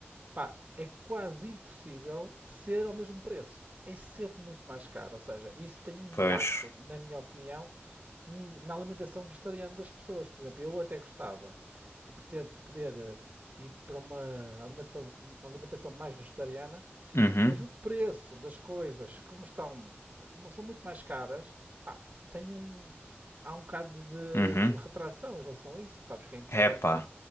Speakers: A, on the right; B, on the left.
A: pá, é quase impossível ser ao mesmo preço. É sempre muito mais caro, ou seja, isso tem um impacto,
B: Pois.
A: na minha opinião, n- na alimentação vegetariana das pessoas. Por exemplo, eu até gostava de poder, de poder eh, ir para uma alimentação, alimentação mais vegetariana,
B: Uhum,
A: mas o preço das coisas, como estão, são muito mais caras, pá, tem um, há um bocado de
B: uhum.
A: retração em relação a isso. Sabes que é importante.
B: Epá.